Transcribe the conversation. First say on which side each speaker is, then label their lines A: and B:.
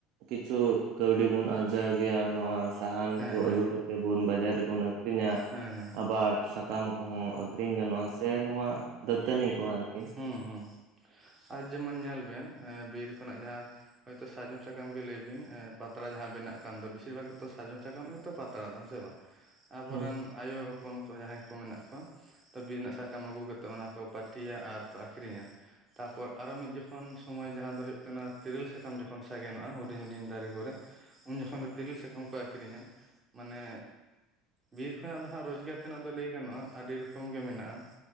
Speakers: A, on the right (about 60°); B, on the right (about 25°).
A: ᱠᱤᱪᱷᱩ ᱠᱟᱹᱣᱰᱤ ᱵᱩᱱ ᱟᱨᱡᱟᱣ ᱜᱮᱭᱟ ᱱᱚᱣᱟ ᱥᱟᱦᱟᱱ
B: ᱦᱮᱸ
A: ᱠᱚ
B: ᱦᱮᱸ
A: ᱟᱹᱜᱩ ᱠᱟᱛᱮᱫ ᱵᱚᱱ ᱵᱟᱡᱟᱨ ᱨᱮᱵᱚᱱ ᱟᱹᱠᱷᱨᱤᱧᱟ
B: ᱦᱮᱸ ᱦᱮᱸ
A: ᱟᱵᱟᱨ ᱥᱟᱠᱟᱢ ᱠᱚᱦᱚᱸ ᱟᱹᱠᱷᱨᱤᱧ ᱜᱟᱱᱚᱜᱼᱟ ᱥᱮ, ᱱᱚᱣᱟ ᱫᱟᱹᱛᱟᱹᱱᱤ ᱠᱚ ᱟᱨᱠᱤ
B: ᱦᱮᱸ ᱦᱩᱸᱻ ᱟᱨ ᱡᱮᱢᱚᱱ ᱧᱮᱞ ᱵᱮᱱ ᱵᱤᱨ ᱠᱷᱚᱱᱟᱜ ᱡᱟᱦᱟᱸ ᱦᱳᱭᱛᱳ ᱥᱟᱨᱡᱚᱢ ᱥᱟᱠᱟᱢ ᱜᱮ ᱞᱟᱹᱭ ᱵᱤᱱ ᱮᱻ ᱯᱟᱛᱲᱟ ᱡᱟᱦᱟᱸ ᱵᱮᱱᱟᱜ ᱠᱟᱱ ᱫᱚ ᱵᱮᱥᱤᱨ ᱵᱷᱟᱜᱽ ᱜᱮᱛᱚ ᱥᱟᱨᱡᱚᱢ ᱥᱟᱠᱟᱢ ᱜᱮᱛᱚ ᱯᱟᱛᱲᱟ ᱫᱚ ᱦᱮᱸ ᱥᱮ ᱵᱟᱝ ᱟᱵᱳᱨᱮᱱ
A: ᱦᱩᱸ
B: ᱟᱭᱳ ᱦᱚᱯᱚᱱ ᱠᱚ ᱡᱟᱦᱟᱸᱭ ᱠᱚ ᱢᱮᱱᱟᱜ ᱠᱚᱣᱟ ᱛᱚ ᱵᱤᱨ ᱨᱮᱱᱟᱜ ᱥᱟᱠᱟᱢ ᱟᱹᱜᱩ ᱠᱟᱛᱮᱫ ᱚᱱᱟ ᱠᱚ ᱯᱟᱹᱴᱤᱭᱟ ᱟᱨ ᱠᱚ ᱟᱠᱷᱨᱤᱧᱼᱟ ᱛᱟᱨᱯᱚᱨ ᱟᱨᱚ ᱢᱤᱫ ᱡᱚᱠᱷᱚᱱ ᱥᱚᱢᱚᱭ ᱡᱟᱦᱟᱸ ᱫᱚ ᱦᱩᱭᱩᱜᱼᱟᱜ ᱠᱟᱱᱟ ᱛᱤᱨᱤᱞ ᱥᱟᱠᱟᱢ ᱡᱚᱠᱷᱚᱱ ᱥᱟᱜᱮᱱᱚᱜᱼᱟ ᱦᱩᱰᱤᱧ ᱦᱩᱰᱤᱧ ᱫᱟᱨᱮ ᱠᱚᱨᱮᱜ ᱩᱱ ᱡᱚᱠᱷᱚᱱ ᱫᱚ ᱛᱤᱨᱤᱞ ᱥᱟᱠᱟᱢ ᱠᱚ ᱟᱠᱷᱨᱤᱧᱟ ᱢᱟᱱᱮ ᱵᱤᱨ ᱠᱷᱚᱱᱟᱜ ᱫᱚ ᱦᱟᱸᱜ ᱨᱳᱡ ᱽᱜᱟᱨ ᱛᱮᱱᱟᱜ ᱫᱚ ᱞᱟᱹᱭ ᱜᱟᱱᱚᱜᱼᱟ ᱟᱹᱰᱤ ᱨᱚᱠᱚᱢ ᱜᱮ ᱢᱮᱱᱟᱜᱼᱟ